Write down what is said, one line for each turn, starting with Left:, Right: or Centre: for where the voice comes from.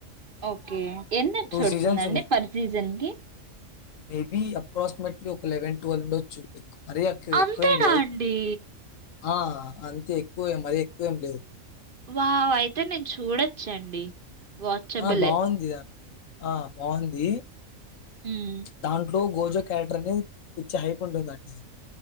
Right: ఓకే ఎన్నేపిసోడ్స్
Left: టూ సీజన్స్
Right: ఉందండి
Left: ఉన్నాయి
Right: పర్ సీజన్కి
Left: మేబీ అప్రాక్సిమేట్లీ ఒక లెవెన్ టువల్ ఉండొచ్చు ఎక్ మరీ అక్
Right: అంతేనా
Left: ఎక్కువేం లేవు
Right: అండి
Left: ఆ అంతేక్కువే మరెక్కువేం లేదు
Right: వావ్ అయితే నేన్ చూడొచ్చండి వాచబులే
Left: ఆ బాగుంది దాన్ ఆ బాగుంది
Right: మ్మ్
Left: దాంట్లో గోజొక్యారెక్టర్ అనేది పిచ్చ హైప్ ఉంటుందండి